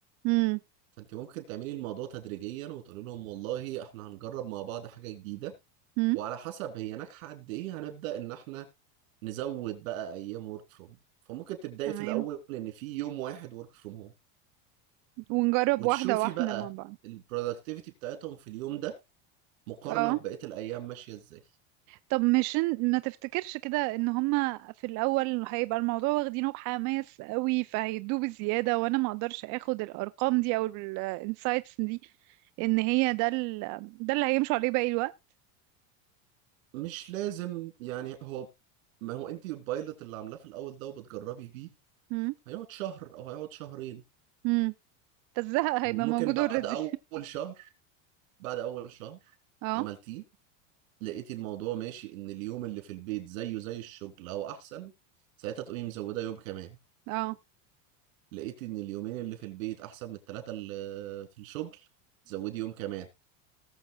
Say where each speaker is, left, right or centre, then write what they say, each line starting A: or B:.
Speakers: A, on the right (about 50°); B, on the right (about 80°).
A: امم
B: فانت ممكن تعملي الموضوع تدريجيا وتقولي لهم والله احنا هنجرب مع بعض حاجه جديده
A: امم
B: وعلى حسب هي ناجحه قد ايه هنبدا ان احنا نزود بقى ايام ورك فروم فممكن تبداي
A: تمام
B: في الاول ان في يوم واحد ورك فروم هوم
A: ونجرب
B: وتشوفي
A: واحده واحده
B: بقى
A: مع بعض
B: البرودكتيفيتي بتاعتهم في اليوم ده مقارنة
A: اه
B: ببقية الأيام ماشية إزاي
A: طب مش إن- ما تفتكرش كده ان هما في الاول هيبقى الموضوع واخدينه بحماس قوي فهيدوه بزياده وانا ما اقدرش اخد الارقام دي او الانسايتس دي ان هي ده ال... ده اللي هيمشوا عليه باقي الوقت
B: مش لازم يعني هو ما هو أنت البايلوت اللي عاملاه في الأول ده وبتجربي فيه
A: امم
B: هيقعد شهر أو هيقعد شهرين
A: امم فالزهق هيبقى
B: وممكن
A: موجود
B: بعد
A: اوريدي
B: أول شهر بعد أول شهر
A: <laughs> اه
B: عملتيه لقيتي الموضوع ماشي إن اليوم اللي في البيت زيه زي الشغل أو أحسن ساعتها تقومي مزودة يوم كمان
A: اه
B: لقيتي إن اليومين اللي في البيت أحسن من التلاتة اللي في الشغل تزودي يوم كمان